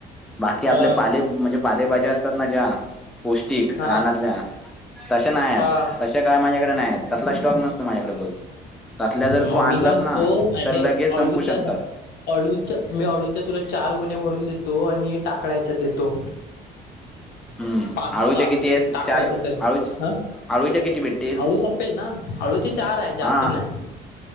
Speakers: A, in the centre; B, on the left.
A: बाकी आपल्या
B: अ,
A: पाले म्हणजे पालेभाजी असतात ना ज्या पौष्टिक
B: हा
A: रानातल्या तशे नाय आहेत
B: हा
A: तशे काय माझ्याकडे नाय आहेत तसला स्टॉक नसतो माझ्याकडे बोल. तसल्या जर
B: मग
A: तू
B: मी
A: आणलास
B: काय म्हणतो
A: ना
B: माझ्याकडे
A: तर लगेच संपू
B: अळूच्या
A: शकतात.
B: दहा अळूच्या मी अळूच्या तुला चार गोण्या भरून देतो आणि टाक कळायच्या देतो.
A: हम्म
B: पाच सहा
A: आळूच्या किती आहेत
B: टाकळ्यचे
A: चार
B: तर
A: आळू
B: हां.
A: आळूच्या किती भेटतील
B: अळू सपेल ना अळूचे चार आहे जास्त
A: हा
B: नाय.